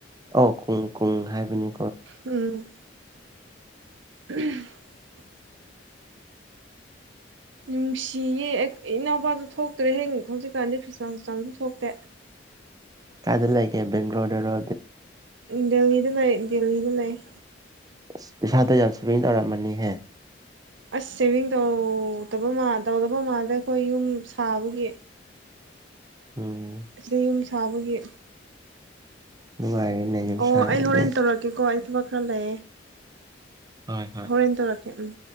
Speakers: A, on the right; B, on the right.
A: ꯑꯣ ꯀꯨꯡ ꯀꯨꯡ ꯍꯥꯏꯕꯅꯤ
B: ꯎꯝ <unintelligible> ꯅꯨꯡꯁꯤꯌꯦ ꯏꯅꯥꯎꯄꯥꯗꯨ ꯊꯣꯛꯇ꯭ꯔꯦ ꯍꯌꯦ ꯍꯧꯖꯤꯛꯀꯥꯟꯗꯤ ꯈ꯭ꯔꯤꯁꯃꯥꯁ ꯆꯝꯁꯨ ꯊꯣꯛꯇꯦ
A: ꯀꯗꯂꯀꯦ ꯦꯡ꯭ꯂꯣꯔꯔ
B: ꯗꯜꯂꯤꯗꯨ ꯂ ꯗ <unintelligible>
A: ꯑ ꯄꯩꯁꯥꯗꯣ ꯌꯥꯝ ꯁꯦꯚꯤꯡ ꯇꯧꯔꯝꯃꯅꯤꯍꯦ
B: ꯑꯁ ꯁꯦꯚꯤꯡ ꯇꯧꯗꯕ ꯃꯥꯜ ꯇꯧꯗꯕ ꯃꯥꯜꯗꯦ ꯑꯩꯈꯣꯏ ꯌꯨꯝ ꯁꯥꯕꯒꯤ
A: ꯎꯝ
B: ꯑꯁꯤꯗ ꯌꯨꯝ ꯁꯥꯕꯒꯤ
A: ꯅꯨꯡꯉꯥꯏꯔꯦꯅꯦ ꯌꯨꯝ
B: ꯑꯣ
A: ꯁꯥꯔꯗꯤ
B: ꯑꯩ ꯍꯣꯔꯦꯟ ꯇꯧꯔꯛꯀꯦꯀꯣ ꯑꯩ ꯊꯕꯛ ꯐꯂꯦ
A: ꯍꯣꯏ ꯍꯣꯏ
B: ꯍꯔꯟ ꯇꯔ ꯎꯝ